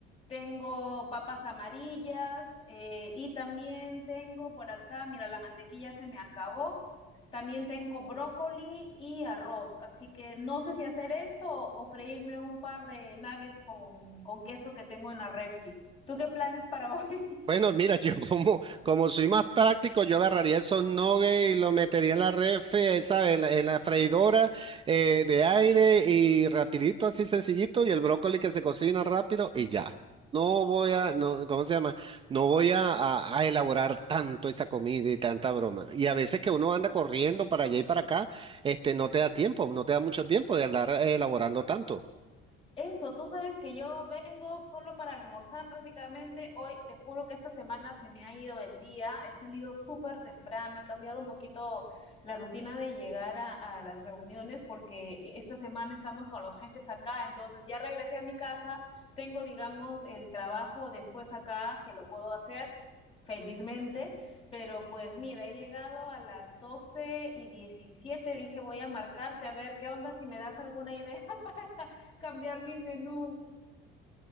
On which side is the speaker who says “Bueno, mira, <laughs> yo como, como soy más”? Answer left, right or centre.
Right